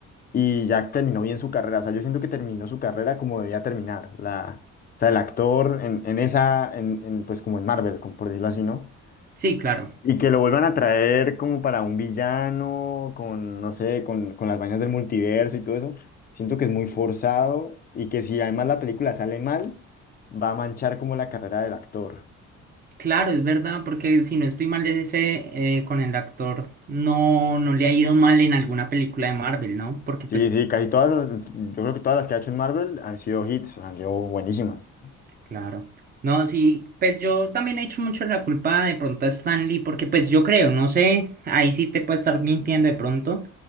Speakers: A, on the left; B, on the right.
A: y ya terminó bien su carrera. O sea, yo siento que terminó su carrera como debía terminar. La, o sea, el actor en, en esa, en, en, pues como en Marvel, como por decirlo así, ¿no?
B: Sí, claro.
A: Y que lo vuelvan a traer como para un villano, con, no sé, con, con las vainas del multiverso y todo eso. Siento que es muy forzado y que si además la película sale mal, va a manchar como la carrera del actor.
B: Claro, es verdad, porque si no estoy mal ese eh, con el actor, no, no le ha ido mal en alguna película de Marvel, ¿no? Porque pues
A: Sí, sí, casi todas, las- yo creo que todas las que ha hecho en Marvel han sido hits, han sido buenísimas.
B: Claro. No, sí, pues yo también he hecho mucho la culpa de pronto a Stanley, porque pues yo creo, no sé, ahí sí te puede estar mintiendo de pronto,